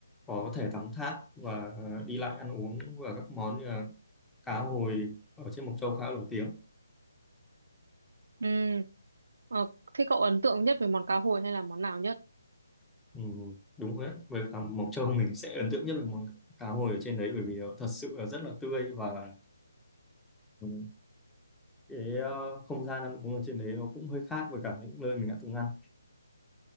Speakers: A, in the centre; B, on the right (about 55°).
A: có thể tắm thác và đi lại ăn uống và các món như là cá hồi ở trên Mộc Châu khá nổi tiếng.
B: Ừ. Ờ, thế cậu ấn tượng nhất về món cá hồi hay là món nào nhất?
A: Ừ, đúng rồi đấy. Với cả Mộc Châu mình sẽ ấn tượng nhất là món cá hồi ở trên đấy bởi vì nó thật sự là rất là tươi và ừ, cái ờ, không gian ăn uống ở trên đấy nó cũng hơi khác với cả những nơi mình đã từng ăn.